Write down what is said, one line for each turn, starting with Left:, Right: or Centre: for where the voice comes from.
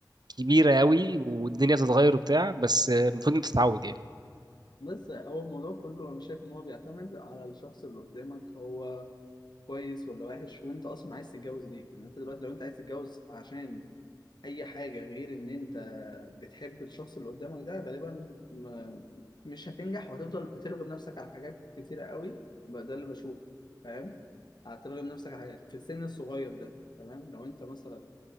Right: كبيره
Left: مم.
Right: قوي والدنيا تتغير وبتاع بس المفروض انت تتعود يعني
Left: بس هو الموضوع كله انا شايف ان هو بيعتمد على الشخص اللي قدامك هو كويس ولا وحش وانت اصلا عايز تتجوز ليه يعني انت دلوقتي لو انت عايز تتجوز عشان اي حاجة غير ان انت بتحب الشخص اللي قدامك ده غالبا ما مش هتنجح وهتفضل بترغم نفسك على حاجات كتيرة قوي بقى ده اللي بشوفه فاهم هترغم نفسك على حاجات في السن الصغير ده تمام لو انت مثلا